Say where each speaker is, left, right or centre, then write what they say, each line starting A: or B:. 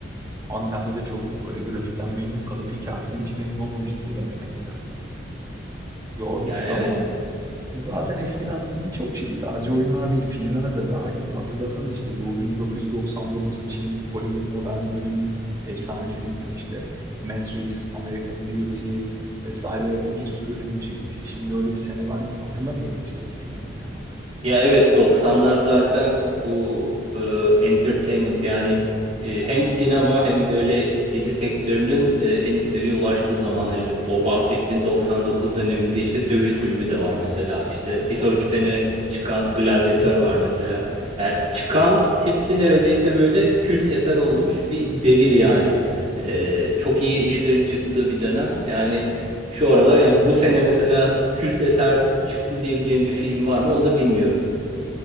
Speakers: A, on the right; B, on the right.
A: Antem'de de çok böyle grafikten memnun kalıp hikayeden hiç memnun olmamıştık ya da mekaniklerden. Yormuştu
B: Yani evet.
A: ama zaten eskiden birçok şey sadece oyunlar değil filmler de dahildi. Hatırlasana işte bu 1999 için Hollywood modern dönemin efsanesi senesi işte Matrix, American Beauty vesaire bir sürü film çıkmıştı. Şimdi öyle bir sene ben hatırlamıyorum açıkçası sinemayla alakalı.
B: Ya
A: Son.
B: evet 90'lar zaten bu e, entertainment yani e, hem sinema hem böyle dizi sektörünün e, en üst seviyeye ulaştığı zamanlar işte bu bahsettiğin 99 döneminde işte Dövüş Kulübü de var mesela işte bir
A: Tabii.
B: sonraki sene çıkan Gladyatör var mesela. Yani çıkan hepsi neredeyse böyle kült eser olmuş bir devir yani. E, çok iyi işlerin çıktığı bir dönem. Yani şu aralar yani bu sene mesela kült eser çıktı diyebileceğim bir film var mı onu da bilmiyorum.